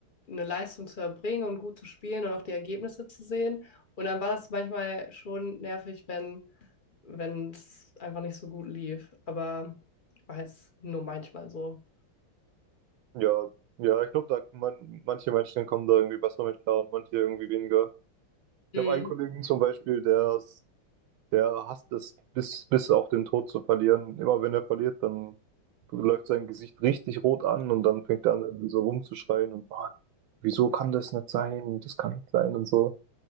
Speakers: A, on the left; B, on the right.
A: eine Leistung zu erbringen und gut zu spielen und auch die Ergebnisse zu sehen. Und dann war das manchmal schon nervig, wenn wenn es einfach nicht so gut lief. Aber war jetzt nur manchmal so.
B: Ja, ja, ich glaube, da man, manche Menschen kommen da irgendwie besser mit klar und manche irgendwie weniger. Ich
A: Mhm.
B: habe einen Kollegen zum Beispiel, der, ist- der hasst es, bis, bis auf den Tod zu verlieren. Immer wenn er verliert, dann läuft sein Gesicht richtig rot an und dann fängt er an, irgendwie so rumzuschreien und "Ah, wieso kann das nicht sein? Das kann nicht sein und so.